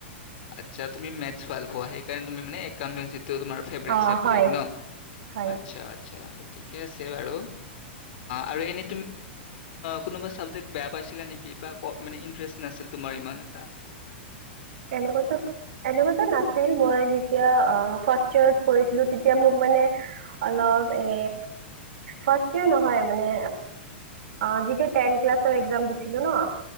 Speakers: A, on the left; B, on the right.
A: আচ্ছা তুমি গনিত ভাল পোৱা সেইকাৰণে তুমি মানে একাউণ্ট এই তোমাৰ ফেবৰেট
B: অঁ
A: চাপজেক
B: হয়
A: ন
B: হয়
A: আচ্ছা ঠিকে আছে বাৰু আৰু এনে কোনোবা বেয়া পাইছিলা নেকি ইষ্ট নাছিল তোমাৰ ইমান এটা
B: এনেকুৱো এনেকুৱাতো নাচ আ মই যেতিয়া ফাৰ্ষ ইয়েৰত পঢ়িছিলো তেতিয়া মোক মানে অলপ এ ফাৰয়েৰ নহয় মানে অ যেতিয়া টেন ক্লাৰ একাম দিছিলো ন